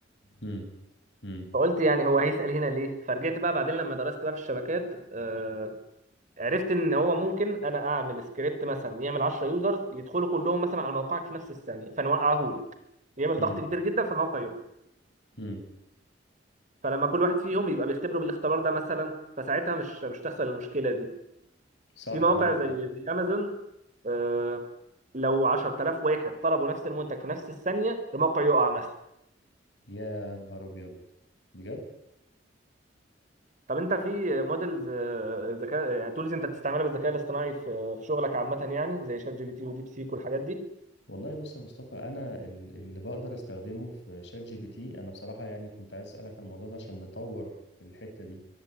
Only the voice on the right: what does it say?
فقلت يعني هو هيسال هنا ليه فرجعت بقى بعدين لما درست بقى في الشبكات آه، عرفت ان هو ممكن انا اعمل سكريبت مثلا يعمل 10 يوزرز يدخلوا كلهم مثلا على موقعك في نفس الثانيه فنوقعه لك يعمل
ضغط كبير جدا فالموقع يقع
فلما كل واحد فيهم يبقى بيختبره بالاختبار ده مثلا فساعتها مش مش تحصل المشكلة دي
في مواقع
زي
زي امازون آه، لو 10000 واحد طلبوا نفس المنتج في نفس الثانية الموقع يقع مثلا
طب انت في موديلز آه، ذكاء يعني تولز انت بتستعملها بالذكاء الاصطناعي في في شغلك عامة يعني زي شات جي بي تي وديب سيك والحاجات دي